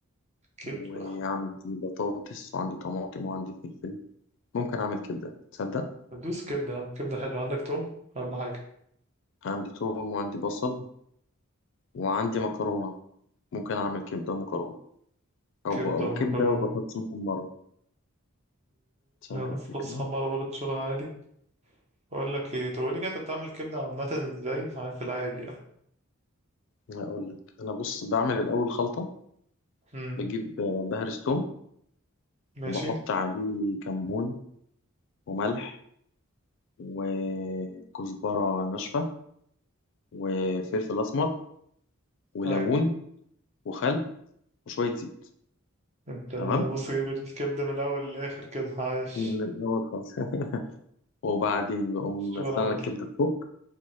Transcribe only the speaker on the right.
كبدة
ندوس كبدة يا عم كبدة حلوة عندك توم اهم حاجة
كبدة
ومكرونة
وصوص
حمارة برضه شغل عادي اقول لك ايه تقول لي كده انت بتعمل الكبدة عامة ازاي ع- في العادي يعني
مم.
ماشي
ايوه
انت
بص جايب الكبدة من الأول للآخر كده عايش
شغل
عالي